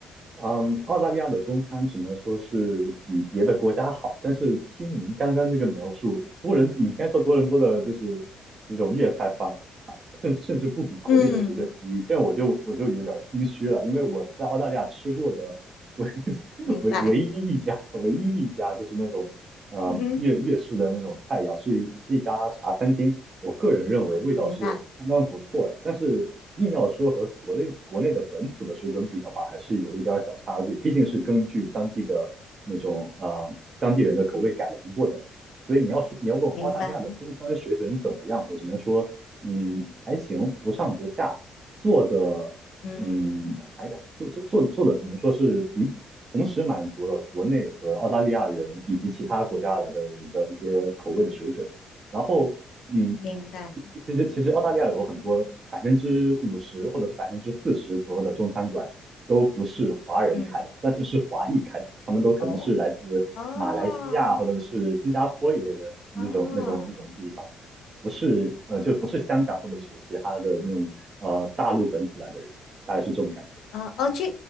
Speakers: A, on the right; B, on the left.
A: 嗯，澳大利亚的中餐只能说是比别的国家好，但是听您刚刚那个描述，多伦，你刚才说多伦多的就是那种粤菜反，啊甚至甚至不比国内的水准低，
B: 嗯，
A: 这样我就我就有点儿心虚了，因为我在澳大利亚吃过的唯 <laughs>
B: 明白，
A: 唯唯一一家唯一一家就是那种嗯粤粤式的那种菜肴，
B: 嗯嗯，
A: 是一是一家茶餐厅，我个人认为味道是相当不错的，
B: 明白，
A: 但是硬要说和国内国内的本土的水准比的话，还是有一点儿小差距，毕竟是根据当地的那种呃当地人的口味改良过的嘛。所以你要说你要问我澳大利亚的中餐水准怎么样，
B: 明白，
A: 我只能说，嗯，还行，不上不下，做的，
B: 嗯，
A: 嗯，还做做做做的只能说是比同时满足了国内和澳大利亚人以及其他国家来的人的一些口味的水准。然后，嗯，
B: 明白，
A: 其其其实其实澳大利亚有很多百分之五十或者是百分之四十左右的中餐馆都不是华人开的，
B: 嗯，
A: 但是是华裔开的，他们都可能是来自马来西亚或者是新加坡一类的那种那种那种地方，
B: 哦，哦，哦。
A: 不是呃就不是香港或者是其他的那种呃大陆本土来的人，大概是这种感觉。
B: 哦哦，这